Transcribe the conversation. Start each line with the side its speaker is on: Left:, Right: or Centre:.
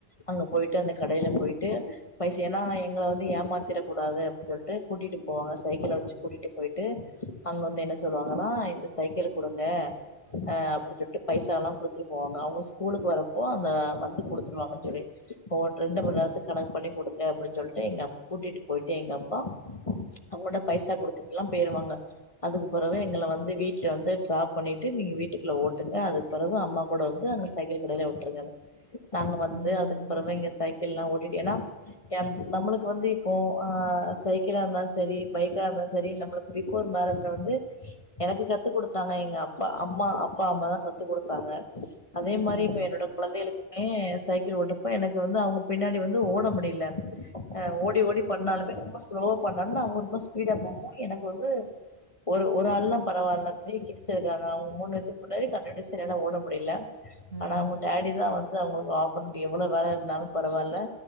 Left: அங்க போயிட்டு அந்த கடையில போயிட்டு பைஸ் ஏனா எங்கள வந்து ஏமாத்திட கூடாது அப்டி சொல்ட்டு கூட்டிட்டு போவாங்க சைக்கிள்ல வச்சு கூட்டிட்டு போயிட்டு அங்க வந்து என்ன சொல்லுவாங்கன்னா இந்த சைக்கிள்ல குடுங்க அஹ் அப்டி சொல்ட்டு பைசா எல்லாம் குடுத்துட்டு போவாங்க அவங்க ஸ்கூலுக்கு வரப்போ அந்த வந்து குடுத்துருவாங்க தோழி ஒ ரெண்டு மண் நேரத்துக் கணக்கு பண்ணி குடுங்க அப்டின்னு சொல்ட்டு எங்க அப் கூட்டிட்டு போயிட்டு எங்க அப்பா அவங்க கிட்ட பைசா குடுத்துட்டு ஏம் போயிருவாங்க அதுக்கு பிறவு எங்கள வந்து வீட்ல வந்து டிராப் பண்ணிட்டு நீங்க வீட்டுக்குள்ள ஓட்டுங்க அது பிறவு அம்மா கூட வந்து அங்க சைக்கிள் கடையில விட்ருங்னு நாங்க வந்து
Right: ம்.
Left: அதுக்கு பிறவு இங்க சைக் கிள் எல்லாம் ஓட்டிட்டு ஏன்னா நம்மளுக்கு வந்து இப்போ ஆ சைக்கிளா இருந்தாலும் சரி சரி பைக்கா இருந்தாலும் சரி நம்மளுக்கு பிபோர் மேரேஜ்ல வந்து எனக்கு கத்து குடுத்தாங்க எங்க அப்பா அம்மா அப்பா அம்மா தான் கத்து குடுத்தாங்க அதே
Right: ம்.
Left: மாரி இப்ப என்னோட குழந்தைகளுக்குமே சைக்கிள் ஓட்றப்ப எனக்கு வந்து அவுங்க பின்னாடி வந்து ஓட முடியில அ ஓடி ஓடி பண்ணாலுமே ரொம்ப ஸ்லோவா பண்ணாலும் அவங்க ரொம்ப ஸ்பீடா போம்போது எனக்கு வந்து ஒரு ஒரு ஆள்னா பரவால்லா த்ரீ கிட்ஸ் இருக்காங்க அவுங்க மூணு பேத்க்கு முன்னாடி கன்டினுயுஸ்ஸா என்னால ஓட முடில
Right: ம்.
Left: ஆனா அவங்க டேடி தான் வந்து அவங்களுக்கு <unintelligible> எவ்வளோ வேல இருந்தாலு பரவால்ல